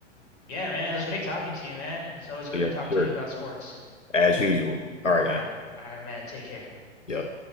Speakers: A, on the left; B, on the left.
A: yeah, man, it was great talking to you, man. It's always good
B: Yeah,
A: to talk
B: for sure.
A: to you about sports.
B: As usual. All right,
A: All
B: man.
A: right, all right, man. Take care.
B: Yeah.